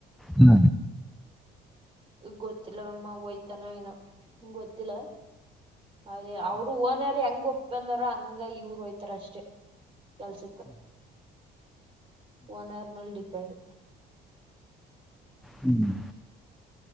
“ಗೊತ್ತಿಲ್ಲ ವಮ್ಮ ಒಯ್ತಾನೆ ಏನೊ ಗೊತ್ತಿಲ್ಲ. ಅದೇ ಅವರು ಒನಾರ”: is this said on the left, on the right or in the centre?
Right